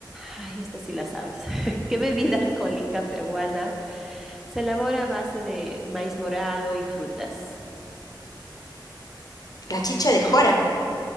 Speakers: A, in the centre; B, on the left (about 50°).
A: Ay, esta sí la sabes. <laughs> ¿Qué bebida alcohólica peruana se elabora a base de maíz morado y frutas?
B: La chicha de jora,